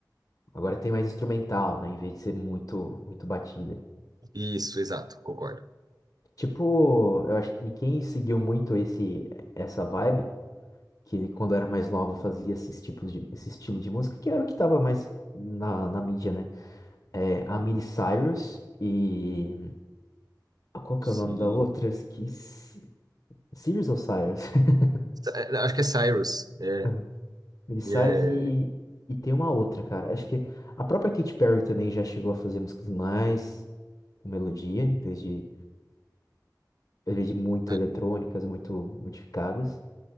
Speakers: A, on the left; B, on the right.
A: Agora tem mais instrumental, né, em vez de ser muito muito batida.
B: Isso, exato, concordo.
A: Tipo, eu acho que quem seguiu muito esse essa vibe, que quando era mais nova fazia esses tipos de esse estilo de música, que era o que tava mais na, na mídia, né? É, a Miley Cyrus e Ah, Qual
B: Sim.
A: que é o nome da outra? Eu esqueci. Sirius ou Cyrus? <laughs>
B: Sa- É, Acho que é Cyrus. É,
A: Aham. Miley Cyrus
B: e é,
A: e, e tem uma outra, cara. Acho que a própria Katy Perry também já chegou a fazer músicas mais com melodia, em vez de, em vez de muito
B: ah,
A: eletrônicas, muito modificadas.